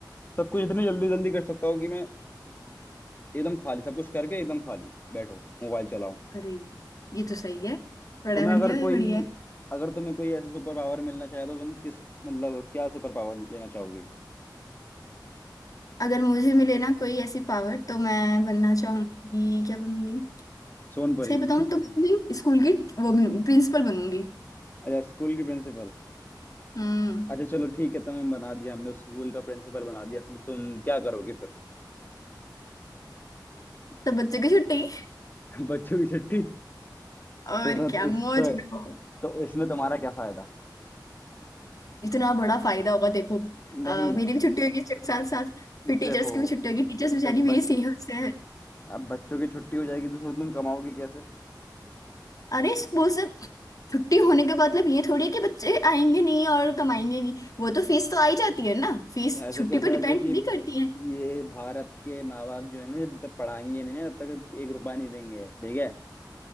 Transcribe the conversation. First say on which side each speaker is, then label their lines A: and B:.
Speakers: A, on the left; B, on the left.
A: सब कुछ इतनी जल्दी जल्दी कर सकता हूँ कि मैं एकदम खाली सब कुछ करके एकदम खाली बैठो मोबाइल चलाऊं
B: अरे ये तो सही है बड़ा
A: तुम्हें
B: बढ़िया
A: अगर
B: है
A: कोई
B: बढ़िया है
A: अगर तुम्हें कोई ऐसी सुपर पावर मिलना चाहे तो तुम किस मतलब क्या सुपर पावर लेना चाहोगे
B: अगर मुझे मिले ना कोई ऐसी पावर तो मैं बनना चाहूंगी क्या बनूंगी
A: सोनपरी
B: सही बताऊं
A: <laughs>
B: तो मैं अपने स्कूल की वो प्रिंसिपल बनूंगी
A: अच्छा स्कूल की प्रिंसिपल
B: हम्म
A: अच्छा चलो ठीक है तुम्हें बना दिया हमने स्कूल का प्रिंसिपल बना दिया तो तुम क्या करोगे फिर
B: सब बच्चे की छुट्टी
A: <laughs> बच्चों की छुट्टी
B: और
A: तो इसमें
B: क्या
A: इस
B: मौज
A: तो,
B: लो
A: तो इसमें तुम्हारा क्या फायदा
B: इतना बड़ा फायदा होगा देखो
A: नहीं
B: अ, मेरी भी छुट्टी होगी इसके साथ साथ फिर टीचर्स
A: देखो
B: की भी छुट्टी होगी टीचर्स बेचारी
A: जब
B: मेरी
A: बच,
B: सेहत से है
A: अब बच्चों की छुट्टी हो जाएगी तो फिर तुम कमाओगे कैसे
B: अरे स्कूल से छुट्टी होने का मतलब ये थोड़ी है कि बच्चे आएंगे नहीं और कमाएंगे नहीं वो तो फीस तो आई जाती है ना फीस
A: ऐसे
B: छुट्टी
A: कैसा
B: पर
A: हो
B: डिपेंड
A: जाए कि
B: थोड़ी करती है
A: ये भारत के माँ बाप जो है ना जब तक पढ़ाएंगे नहीं ना तब तक एक रुपया नहीं देंगे ठीक है